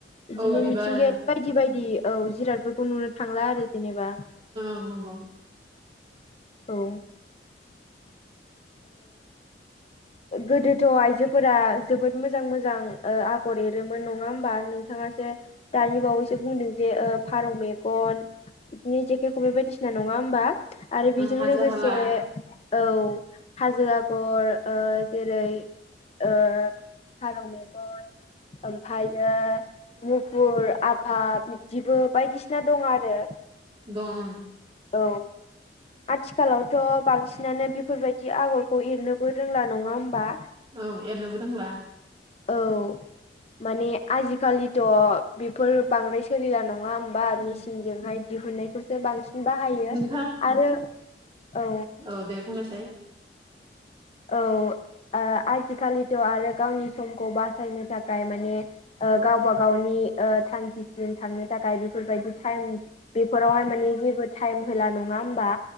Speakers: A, on the left; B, on the right.
A: बिदिनो
B: औ बिबार
A: मिथिंगायारि बायदि बायदि औ जिरादफोरखौ नुनो थांला आरो जेनेबा।
B: औ नंगौ।
A: औ ओ गोदोथ' आइजो फोरा जोबोद मोजां मोजां आगर एरोमोन नङा होमबा नोंथाङासो दानि बावैसो बुंदों जे ओ फारौ मेगन बिदिनो जेखाइ खबाइ बायदिसिना नङा होमबा। आरो बेजों
B: ओं हाजो
A: लोगोसे
B: हाला
A: औ हाजो आगर। ओ जेरै ओ फारौ मेगन, ओमफ्रायनो मुफुर आफा बिब्दिबो बायदिसिना दं आरो।
B: दं ओं।
A: औ आथिखालावथ' बांसिनानो बेफोरबायदि आगरखौ एरनो बो रोंला नङा होमबा।
B: औ एरनोबो रोंला।
A: औ। माने आजिखालिथ' बेफोर बांद्राय सोलिला नङा बा मेसिनजोंहाय
B: उम
A: दिहुननायखौसो बांसिन बाहायो
B: नोंथां
A: आरो औ।
B: औ दे बुंनायसाय।
A: औ आजिखालिथ' आरो गावनि समखौ बासायनो थाखाय माने गावबा गावनि ओ थांखिसिम थांनो थाखाय बेफोरबायदि टाइम बेफोरावहाय माने जेबो टाइम होला नङा होमबा।